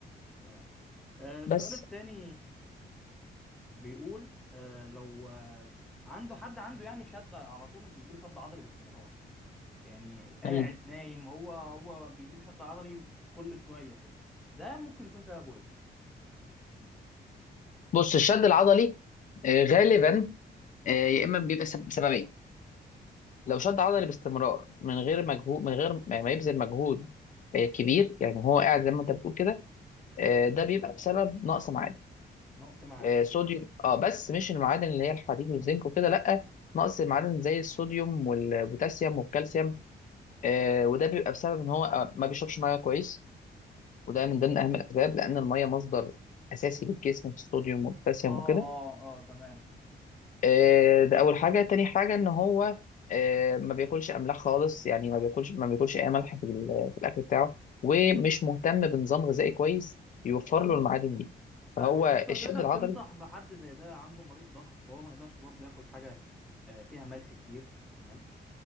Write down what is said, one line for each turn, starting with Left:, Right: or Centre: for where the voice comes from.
Centre: تمام آه، السؤال
Left: بس
Centre: الثاني بيقول آه، لو آه، عنده حد عنده يعني شد على طول بيجيله شد عضلي باستمرار يعني قاعد
Left: مم.
Centre: نايم هو هو بيجيله شد عضلي كل شوية كده ده ممكن يكون سببه ايه؟
Left: بص الشد العضلي آه غالبا آه، يا اما بيبقى سب- بسببين لو شد عضلي باستمرار من غير مجهود من غير ما ما يبذل مجهود آه، كبير يعني هو قاعد زي ما انت بتقول كده
Centre: مم.
Left: آه، ده بيبقى بسبب نقص معادن
Centre: نقص معادن
Left: آه، صوديوم اه بس مش المعادن اللي هي الحديد والزنك وكده لا نقص معادن زي الصوديوم والبوتاسيوم والكالسيوم آه، وده بيبقى بسبب ان هو آه، ما بيشربش ميه كويس وده
Centre: مم.
Left: من ضمن اهم الاسباب لان الميه مصدر اساسي للجسم في الصوديوم والبوتاسيوم
Centre: اه
Left: وكده
Centre: اه اه تمام
Left: آه، ده اول حاجه تاني حاجه ان هو آه، ما بياكلش املاح خالص يعني ما بياكلش ما بياكلش اي ملح في ال- في الاكل بتاعه ومش مهتم بنظام غذائي كويس يوفر له المعادن دي
Centre: طيب
Left: فهو
Centre: يا دكتور
Left: الشد
Centre: تقدر
Left: العضلي
Centre: تنصح بحد زي ده عنده مريض ضغط فهو ما يقدرش برضه ياكل حاجة آه، فيها ملح كتير تمام